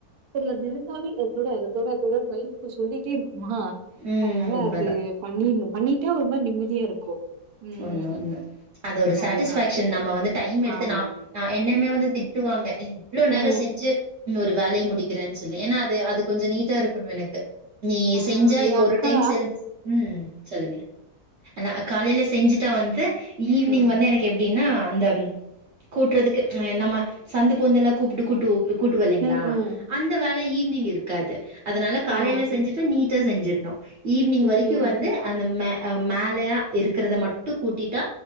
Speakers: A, on the right (about 85°); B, on the right (about 55°).
A: இல்ல அது இருந்தாலு அத தொட அத தொட தொடனு மைண்ட் சொல்லிட்டே இருக்கு
B: ம்
A: அதனால
B: உண்மதா
A: அது பண்ணிர்னு பண்ணிட்டா ஒரு மாரி நிம்மதியா இருக்கு ம்
B: ஒன்னு ஒன்னு அது ஒரு சாட்டிஸ்ஃபேக்ஷன்
A: அதுதா
B: நம்ப வந்து டைம் எடுத்து
A: ஆமா
B: நா என்ன வந்து திட்டுவாங்க இவ்ளோ நேரோ
A: ம்
B: செஞ்சி ம் ஒரு வேலய முடிக்கிறேன் சொல்லி ஏனா அது அது கொஞ்சோ நீட்டா இருக்கணு எனக்கு நீ
A: ஆ
B: செஞ்சா
A: எ
B: இது
A: அக்கா
B: ஒரு டைம் செல் ம் சொல்லுங்க <unintelligible> காலைல செஞ்சுட்டா வந்து ஈவினிங்
A: ம்
B: வந்து எனக்கு எப்டீனா அந்த ம் கூட்றதுக்கு அ நம்ம சந்து பொந்தெல்லா கூப்பிட்டு கூட்டு ஒ கூட்டு வல்லைங்ளா
A: ம்ஹ்ம்.
B: அந்த வேலை ஈவ் னிங் இருக்காது அதனால காலையில
A: ஆ.
B: செஞ்சுட்டு நீட்டா செஞ்சு னோ ஈவ்னிங்
A: ம்ஹ்ம்.
B: வரிக்கு வந்து அந்த மே அ மேலையா இருக் கறது மட் டு கூட்டிட்டா